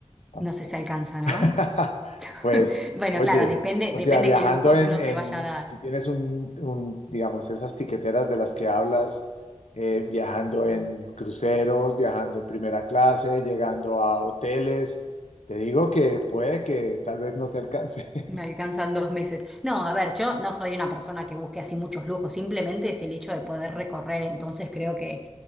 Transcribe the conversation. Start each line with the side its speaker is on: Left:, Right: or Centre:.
Left: tampoco.
Centre: No sé si alcanza, ¿no?
Left: <laughs>
Centre: <laughs>
Left: Pues,
Centre: Bueno,
Left: oye,
Centre: claro, depende,
Left: o
Centre: depende
Left: sea, viajando
Centre: qué lujos
Left: en,
Centre: uno
Left: en-
Centre: se vaya a dar.
Left: si tienes un, un, digamos, esas tiqueteras de las que hablas, eh, viajando en cruceros, viajando en primera clase, llegando a hoteles, te digo que puede que tal vez no te alcance. <laughs>
Centre: Me alcanzan dos meses. No, a ver, yo no soy una persona que busque así muchos lujos, simplemente es el hecho de poder recorrer, entonces creo que